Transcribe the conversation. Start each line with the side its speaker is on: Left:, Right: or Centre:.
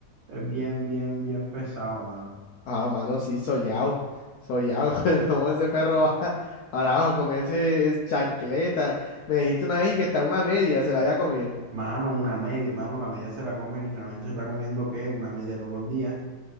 Right: es bien, bien, bien pesado, mano.
Left: Ah, mano, sí, sollado, sollado, <laughs> como ese perro va para abajo a comerse chancleta, me dijiste una vez que está una media, se la había comido.
Right: Mano, una media, mano, la media se la come, literalmente se está comiendo ¿qué? Una media todos los días.